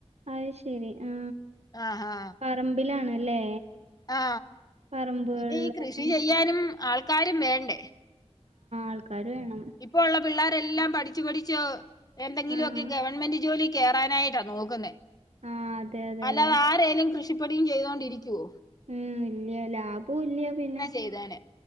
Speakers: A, on the right; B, on the left.
A: അയ് ശെരി ആ
B: ആ ആ
A: പറമ്പിലാണല്ലേ
B: ആ
A: പറമ്പുകളിൽ
B: പിന്നെ ഈ കൃഷി
A: ആഹ്
B: ചെയ്യാനും ആൾക്കാരും വേണ്ടേ
A: ആൾക്കാര് വേണം
B: ഇപ്പോള്ള പിള്ളേരെല്ലാം പഠിച്ച് പഠിച്ച് എന്തെങ്കിലൊക്കെ
A: ആഹ്
B: ഗവൺമെന്റ് ജോലി കേറാനായിട്ടാ നോക്കുന്നെ
A: ആഹ് അതെ അതെ
B: അല്ലാതെ
A: അതെ
B: ആരേലും കൃഷിപ്പണിം ചെയ്തോണ്ടിരിക്കോ
A: ഉം ഇല്ല ലാബോം ഇല്ല പിന്നെ
B: ചെയ്തേനെ